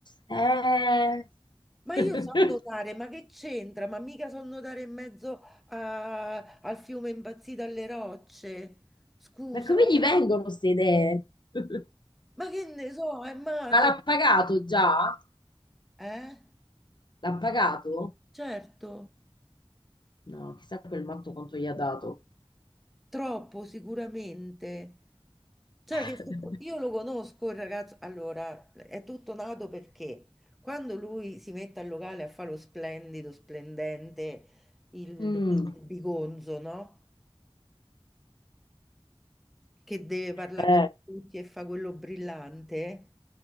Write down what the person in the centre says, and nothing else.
Ma
io so nuotare, ma che c'entra? Ma mica so nuotare in mezzo a- al fiume impazzito alle rocce. Scusa,
eh.
ma che ne so, è matto.
Eh?
Certo,
troppo sicuramente. Cioè,
che se- io lo conosco il ragazzo. Allora, è tutto nato perché quando lui si mette al locale a fare lo splendido, splendente, il,
il bigonzo, no? che deve parlare
con tutti e fa quello brillante.